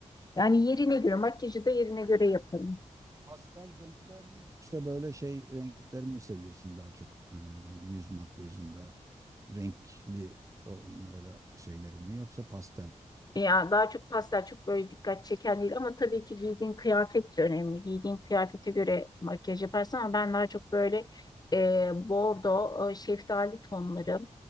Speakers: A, on the left; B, on the right.
A: Yani yerine göre makyajı da yerine göre yaparım.
B: Pastel renkler mi yoksa böyle şey renkleri mi seviyorsun daha çok? Ee, yüz makyajında renkli o, böyle şeyleri mi yoksa pastel?
A: Ya daha çok pastel çok böyle dikkat çeken değil ama tabii ki giydiğin kıyafet de önemli. Giydiğin kıyafete göre makyaj yaparsın ama ben daha çok böyle e, bordo, e, şeftali tonları,